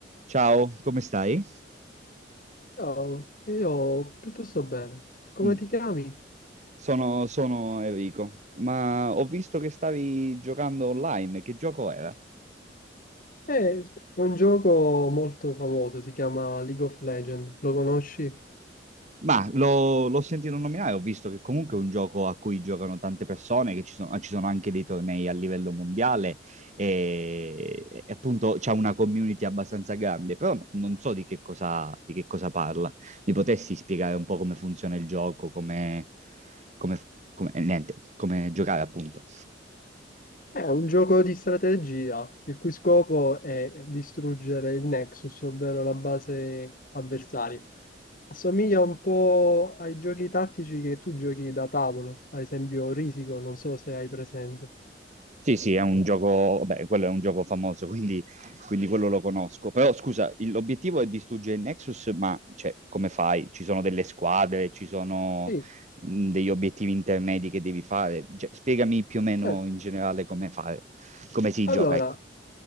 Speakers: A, on the right (about 40°); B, on the left (about 50°).
A: Ciao, come stai?
B: Ciao, io piuttosto bene. Come
A: Mm,
B: ti chiami?
A: Sono, sono Enrico, ma ho visto che stavi giocando online, che gioco era?
B: Eh, È un gioco molto famoso, si chiama League of Legends, lo conosci?
A: Ma lo- l'ho sentito nominare, ho visto che comunque è un gioco a cui giocano tante persone, che ci sono, ci sono anche dei tornei a livello mondiale e, e appunto c'è una community abbastanza grande, però non so di che cosa, di che cosa parla. Mi potessi spiegare un po' come funziona il gioco, come, come, come- eh, niente, come giocare appunto.
B: È un gioco di strategia, il cui scopo è distruggere il Nexus, ovvero la base avversaria. Assomiglia un po' ai giochi tattici che tu giochi da tavolo, ad esempio Risico, non so se hai presente.
A: Sì, sì, è un gioco, beh, quello è un gioco famoso, <laughs> quindi, quindi quello lo conosco. Però scusa, il- l'obiettivo è distruggere il Nexus, ma cioè, come fai? Ci sono delle squadre, ci sono
B: Sì,
A: mh, degli obiettivi intermedi che devi fare. Cioè, spiegami più o meno
B: certo.
A: in generale come fare, come si
B: Allora,
A: gioca, ecco.